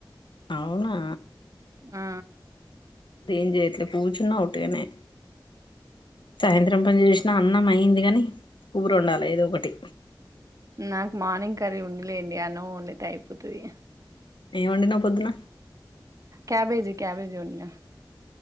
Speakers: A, on the left; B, on the right.
A: అవునా
B: ఆ
A: ఏం చేయ్యట్లే కూచున్న ఓట్టిగానే. సాయంత్రం పని చేసిన అన్నం అయింది. గానీ కూర ఉండాలి ఏదో ఒకటి
B: నాకు మార్నింగ్ కర్రీ ఉందిలేండి అన్నవ ఉండడితే అయిపోతుది
A: ఏం వండినావు పొద్దున
B: కబేజీ క్యాబేజి వండిన